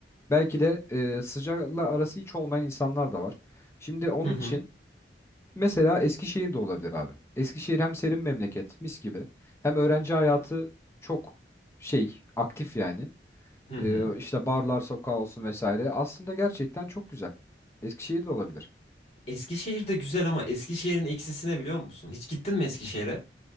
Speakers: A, on the left; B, on the left.
A: belki de e, sıcakla arası hiç olmayan insanlar da var. Şimdi onun
B: Hı hı.
A: için mesela Eskişehir de olabilir abi. Eskişehir hem serin memleket mis gibi hem öğrenci hayatı çok şey aktif yani.
B: Hı
A: e,
B: hı.
A: işte barlar sokağı olsun vesaire. Aslında gerçekten çok güzel. Eskişehir'de olabilir.
B: Eskişehir de güzel ama Eskişehir'in eksisi ne biliyor musun? Hiç gittin mi Eskişehir'e?